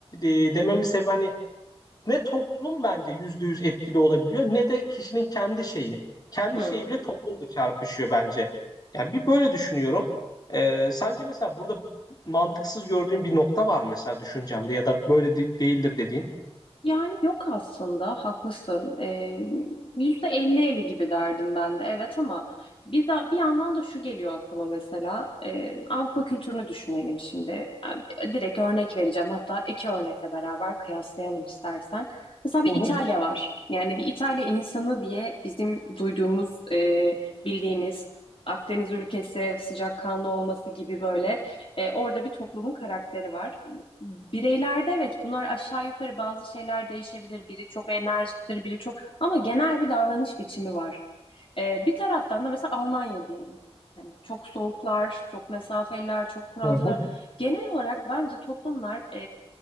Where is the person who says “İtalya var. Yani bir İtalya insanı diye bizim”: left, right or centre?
Left